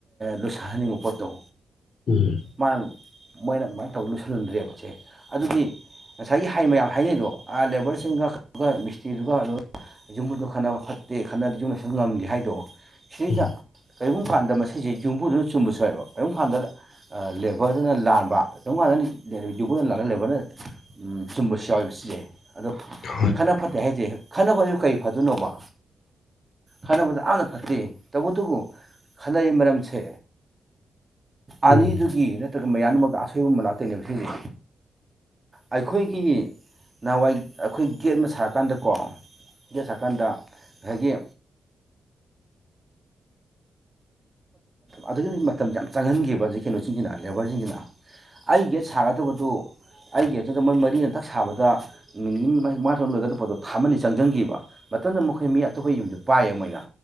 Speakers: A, on the right (about 20°); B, on the left (about 60°).
A: ꯂꯣꯏꯁꯤꯜꯍꯟꯅꯤꯡꯕ ꯄꯣꯠꯇꯣ
B: ꯎꯝ
A: ꯃꯥꯅ ꯃꯣꯏꯅ ꯑꯗꯨꯃꯥꯏꯅ ꯇꯧ ꯂꯣꯏꯁꯤꯜꯍꯟꯗ꯭ꯔꯦꯕꯁꯦ ꯑꯗꯨꯗꯤ ꯉꯁꯥꯏꯒꯤ ꯍꯥꯏ ꯃꯌꯥꯝ ꯍꯥꯏꯅꯩꯗꯣ ꯂꯦꯕꯔꯁꯤꯡꯒ ꯃꯤꯁꯇ꯭ꯔꯤꯗꯨꯒ ꯑꯗꯨꯒ ꯌꯨꯝꯕꯨꯗꯨ ꯈꯟꯅꯕ ꯐꯠꯇꯦ ꯈꯠꯅꯗꯤ ꯌꯨꯝ ꯂꯣꯢꯁꯟꯕ ꯉꯝꯗꯦ ꯍꯥꯏꯗꯣ ꯁꯨꯅꯤꯇ
B: ꯎꯝ
A: ꯀꯔꯤꯒꯨꯝꯕ ꯀꯥꯟꯗ ꯃꯁꯤꯁꯦ ꯌꯨꯝꯕꯨꯗꯨꯅ ꯆꯨꯝꯕꯁꯨ ꯌꯥꯎꯋꯦꯕ ꯀꯔꯤꯒꯨꯝꯕ ꯀꯥꯟꯗ ꯂꯦꯕꯔꯗꯨꯅ ꯂꯥꯟꯕ ꯀꯔꯤꯒꯨꯝꯕ ꯀꯥꯟꯗ ꯌꯨꯝꯕꯨꯗ ꯂꯥꯜꯂꯒ ꯂꯦꯕꯔꯗꯅ ꯆꯨꯝꯕꯁꯨ ꯌꯥꯎꯋꯦꯕ ꯁꯤꯁꯦ ꯑꯗꯣ
B: ꯍꯣꯏ
A: ꯈꯠꯅ ꯐꯠꯇ ꯑꯩ ꯍꯥꯏꯁꯦ ꯈꯠꯅꯕꯗꯨ ꯀꯔꯤ ꯐꯗꯣꯏꯅꯣꯕ ꯈꯠꯅꯕꯗ ꯑꯝꯇ ꯐꯠꯇꯦ ꯇꯧꯕꯇꯕꯨ ꯈꯟꯅꯔꯤꯕ ꯃꯔꯝꯁꯦ ꯑꯅꯤꯗꯨꯒꯤ
B: ꯎꯝ
A: ꯅꯠꯇ꯭ꯔꯒ ꯃꯌꯥꯝꯗꯨꯃꯛꯇ ꯑꯁꯣꯏꯕ ꯑꯃ ꯂꯥꯛꯇꯣꯏꯅꯦꯕ ꯁꯤꯁꯦ ꯑꯩꯈꯣꯏꯒꯤ ꯅꯍꯥꯟꯋꯥꯏ ꯑꯩꯈꯣꯏ ꯒꯦꯠ ꯑꯃ ꯁꯥꯔꯀꯥꯟꯗꯀꯣ ꯒꯦꯠ ꯁꯥꯔꯀꯥꯟꯗ ꯉꯁꯥꯢꯒꯤ ꯑꯗꯨꯒꯤ ꯃꯇꯝꯗ ꯌꯥꯝ ꯆꯪꯍꯟꯈꯤꯕ ꯍꯧꯖꯤꯛ ꯀꯩꯅꯣꯁꯤꯡꯁꯤꯅ ꯂꯦꯕꯔꯁꯤꯡꯁꯤꯅ ꯑꯩ ꯒꯦꯠ ꯁꯥꯒꯗꯕꯗꯨ ꯑꯩ ꯒꯦꯠꯇꯨꯗ ꯃꯣꯏ ꯃꯔꯤ ꯊꯛ ꯁꯥꯕꯗ ꯅꯨꯃꯤꯠ ꯃꯉꯥ ꯇꯔꯨꯛꯅ ꯂꯣꯏꯒꯗꯕ ꯄꯣꯠꯇꯣ ꯊꯤ ꯑꯃ ꯑꯅꯤ ꯆꯪꯁꯟꯈꯤꯕ ꯃꯇꯝꯗ ꯃꯈꯣꯏ ꯃꯤ ꯑꯇꯣꯞꯄ ꯌꯨꯝꯗꯨ ꯄꯥꯏꯌꯦ ꯃꯣꯏꯅ